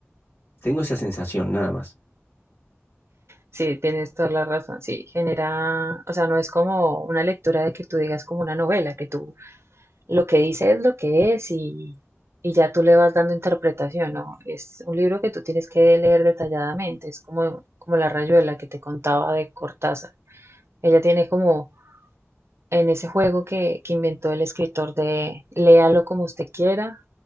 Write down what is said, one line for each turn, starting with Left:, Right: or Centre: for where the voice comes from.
Left: tengo esa sensación, nada más.
Right: Sí, tienes toda la razón. Sí, genera, o sea, no es como una lectura de que tú digas como una novela, que tú lo que dice es lo que es y, y ya tú le vas dando interpretación, ¿no? Es un libro que tú tienes que leer detalladamente, es como, como La Rayuela que te contaba de Cortázar. Ella tiene como en ese juego que, que inventó el escritor de léalo como usted quiera,